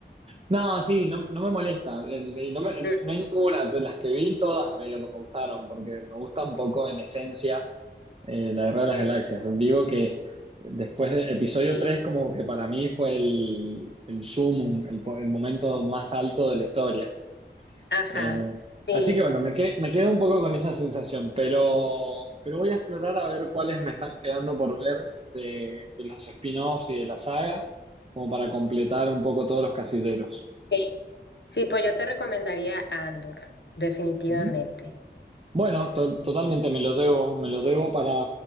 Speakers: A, on the right; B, on the left.
A: No, sí, no, no me molesta. El- el- no, me-
B: Mm,
A: no hay ninguna. de Las que vi, todas medio que me gustaron, porque me gusta un poco en esencia eh, la Guerra de las Galaxias. Digo que después de episodio
B: Sí,
A: 3 como que para mí fue el, el sumum, el, po- el momento más alto de la historia.
B: ajá,
A: Eh,
B: sí.
A: así que bueno, me, que- me quedo un poco con esa sensación, pero, pero voy a explorar a ver cuáles me están quedando por ver de, de los spin-offs y de la saga, como para completar un poco todos los casilleros.
B: sí. Sí, pues yo te recomendaría Andor, definitivamente.
A: Ujú. Bueno, to- totalmente me lo llevo, me lo llevo para,